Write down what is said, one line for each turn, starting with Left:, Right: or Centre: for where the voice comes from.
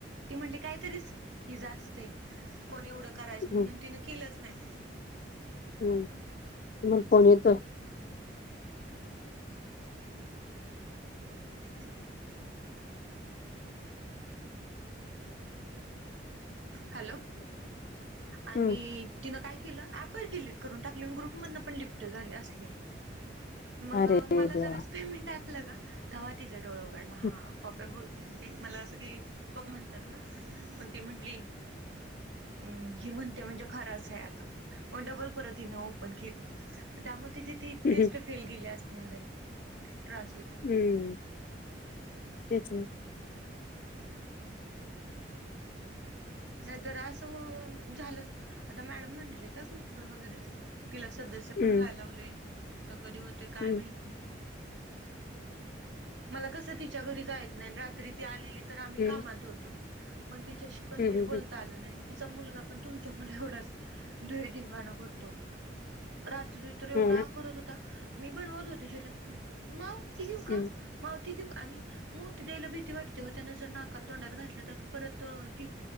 Right: ती म्हटली कायतरीच हिज असते, कोणी एवढं करायचं
Left: हम्म
Right: म्हणून तिनं केलंच नाही
Left: हम्म तुम्हाला फोन येतो
Right: ह हॅलो आणि
Left: हम्म
Right: तिनं काय केलं ऍपच डिलीट करून टाकले अन ग्रुपमधन पण लिफ्ट झाली असली मग
Left: अरे देवा
Right: मला ज्यावेळेस पेमेंट आलं का तेव्हा तिच डोळ उघडला हा
Left: हम्म
Right: पप्पा बो म्हणजे मला सगळे पप म्हणतात ना मग ती म्हंटली हम्म ही म्हणते म्हणजे खरंच आहे आता मग डबल परत हिन ओपन केली म त्याम तिची ती
Left: हम्म
Right: टेस्ट फेल गेली असणार आहे ट्र
Left: हम्म, तेच ना
Right: नाही तर असं हो झालं आता मॅडम म्हंटले त्या ग्रुप वर वगैरे तिला सदस्य पण
Left: हम्म
Right: व्हायला लावलय आता कधी होते काय
Left: हम्म
Right: माहिती मला कसं तिच्या घरी जायत नाय, अन रात्री ती आलेली तर आम्ही
Left: हम्म
Right: कामात होतो मग तिच्याशी पण नीट
Left: हम्म हम्म
Right: बोलता आलं नाही तिचा मुलगा पण तुमच्या मुला एवढाच लय धिंगाणा करतो रात्री तर एवढा
Left: हो ना
Right: करत होता मी भरवत होते <unintelligible> ला माऊ हे घेऊ का
Left: हम्म
Right: माव घेऊ आणि मोती द्यायला भीती वाटते व त्यान जर नाकात तोंडात घातलं तर परत ती